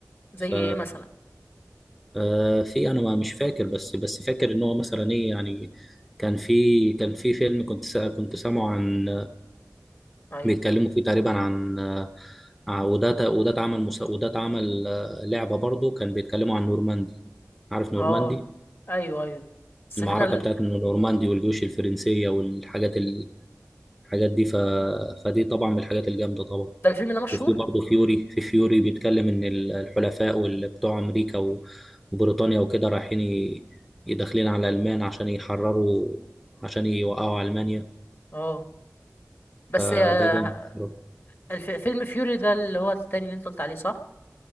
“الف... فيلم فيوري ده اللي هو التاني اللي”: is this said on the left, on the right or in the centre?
Left